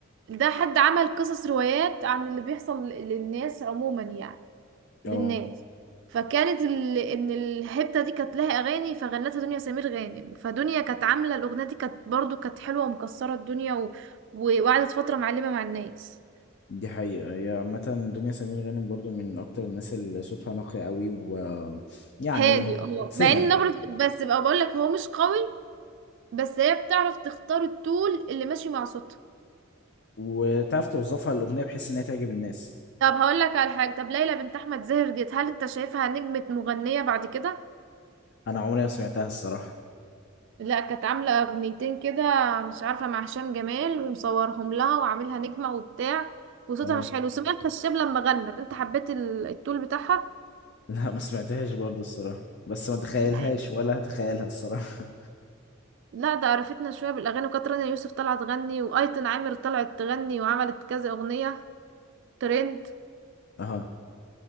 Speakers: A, on the right (about 60°); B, on the left (about 55°).
A: ده حد عمل قصص روايات عن اللي بيحصل للناس عموما يعني للناس
B: اه
A: فكانت ال... ان الهبته دي كانت لها اغاني فغنتها دنيا سمير غانم فدنيا كانت عامله الاغنيه دي كانت برضو كانت حلوه ومكسره الدنيا و... و- وقعدت فتره معلمه مع الناس
B: دي حقيقة هي عامة دنيا سمير غانم برضو من أكتر الناس اللي صوتها نقي قوي مم. ويعني
A: هادي اه
B: تتسمع
A: مع ان نبرة بس بقى بقول لك هو مش قوي بس هي بتعرف تختار التون اللي ماشي مع صوتها
B: وتعرف توظفها الأغنية بحيث إنها تعجب الناس
A: طب هقول لك على حاجه طب ليلى بنت احمد زاهر ديت هل انت شايفها نجمه مغنيه بعد كده
B: أنا عمري ما سمعتها الصراحة
A: لا كانت عاملة أغنيتين كده مش عارفة مع هشام جمال ومصورهم لها وعاملها نجمة وبتاع وصوتها
B: اه
A: مش حلو سمية الخشاب لما غنت انت حبيت ال- التول بتاعها
B: <laughs> لا ما سمعتهاش برضو الصراحة بس ما تخيلهاش
A: لا
B: ولا هتخيلها الصراحة
A: لا ده عرفتنا شوية بالأغاني وكانت رنا يوسف طلعت تغني وأيتن عامر طلعت تغني وعملت كذا أغنية ترند
B: <laughs> اه